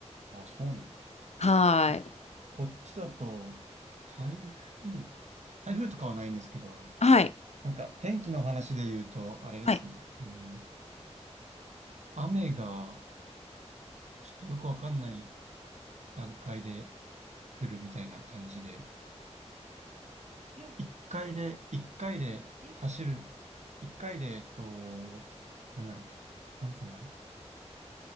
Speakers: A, on the right (about 75°); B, on the left (about 70°).
A: ああ、そうなんだ。
B: はい。
A: こ、こっちだと、台風、台風とかはないんですけど、
B: はい。
A: なんか天気の話で言うと、あれですね、
B: はい。
A: あの、雨がちょっとよくわかんない段階で降るみたいな感じで、一回で、一回で走る、一回で、えっと、なんだろう、なんて言うんだろ